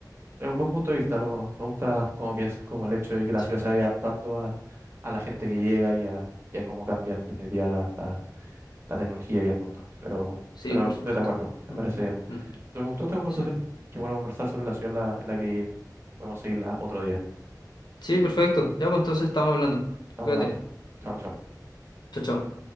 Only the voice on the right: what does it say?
Es un buen punto de vista, lo, me gusta cómo piensas, como el hecho de que la
ciudad se vaya adaptando a, a la gente que llega y a, y a cómo cambia en definitiva la, la- la tecnología y el mundo. Pero,
pero
estoy de acuerdo, me
parece bien. Entonces,
me gustó esta conversación.
Qué bueno conversar sobre la ciudad en la, en la que vivimos. Podemos seguirla otro día.
Estamos
hablando. Chao, chao.